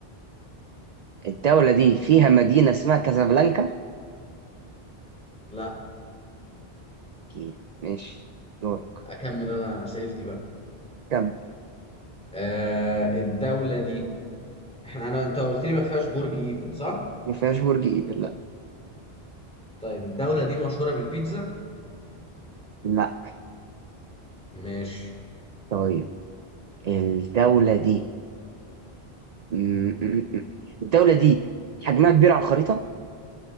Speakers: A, on the right (about 50°); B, in the centre.
A: الدولة دي فيها مدينة اسمها كازابلانكا
B: لا
A: اوكي ماشي دورك
B: اكمل انا اسئلتي بقى
A: كم
B: آه الدولة دي احنا انا انت قلت لي ما فيهاش برج ايفل صح؟
A: ما فيهاش برج ايفل لا
B: طيب الدولة دي مشهورة بالبيتزا؟
A: لا
B: ماشي
A: طيب الدولة دي مم، مم، مم. الدولة دي حجمها كبير على الخريطة